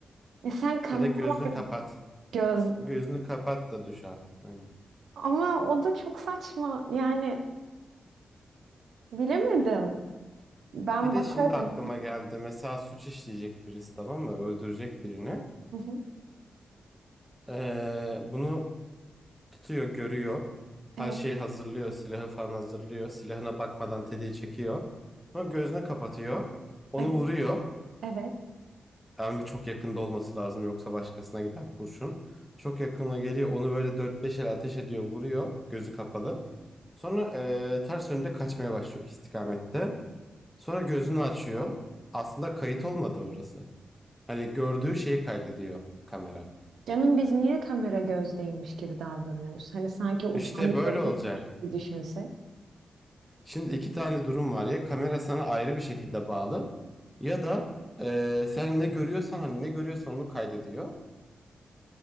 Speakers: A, on the right; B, in the centre.
A: E sen kameralar
B: Ya da gözünü kapat.
A: göz
B: Gözünü kapat da duş al. Aynen.
A: ama o da çok saçma. Yani bilemedim. Ben
B: Bir de
A: bakarım.
B: şimdi aklıma geldi. Mesela suç işleyecek birisi tamam mı? Öldürecek birini.
A: Hı hı.
B: Eee, bunu tutuyor, görüyor. Her
A: Evet,
B: şeyi hazırlıyor. Silahı falan hazırlıyor. Silahına bakmadan tetiği çekiyor. Sonra gözünü kapatıyor. Onu
A: evet,
B: vuruyor.
A: evet.
B: Ama çok yakında olması lazım yoksa başkasına gider kurşun. Çok yakına geliyor onu böyle dört beş el ateş ediyor vuruyor gözü kapalı. Sonra eee, ters yönde kaçmaya başlıyor istikamette. Sonra gözünü açıyor. Aslında kayıt olmadı orası. Hani gördüğü şeyi kaydediyor kamera.
A: Canım biz niye kamera gözdeymiş gibi davranıyoruz? Hani sanki uçan
B: İşte
A: bir
B: böyle
A: böcek
B: olacak.
A: gibi düşünsek.
B: Şimdi iki tane durum var. Ya kamera sana ayrı bir şekilde bağlı ya da eee, sen ne görüyorsan hani ne görüyorsan onu kaydediyor.